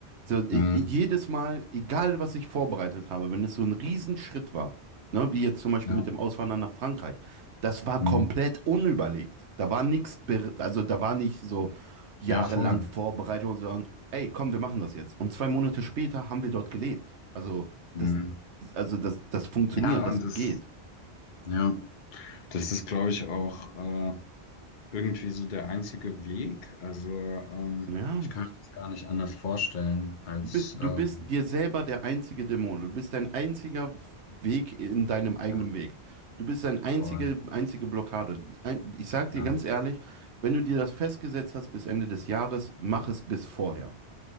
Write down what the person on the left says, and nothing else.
hm,
ja,
hm,
ja, voll.
Hm.
Ja,
und das,
ja, das ist, glaube ich, auch äh, irgendwie so der einzige Weg. Also, ähm,
ich kann mir das gar nicht anders vorstellen als,
ähm,
ja,
voll,
ja,